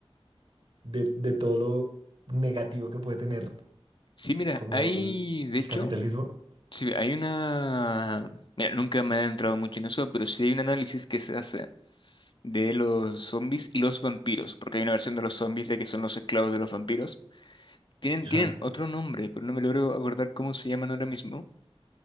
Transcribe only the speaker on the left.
Sí, mira,
hay,
de
hecho,
sí, hay una... Mira, nunca me he entrado mucho en eso, pero sí hay un análisis que se hace de los zombies y los vampiros, porque hay una versión de los zombies de que son los esclavos de los vampiros. Tienen,
tienen otro nombre, pero no me logro acordar cómo se llaman ahora mismo.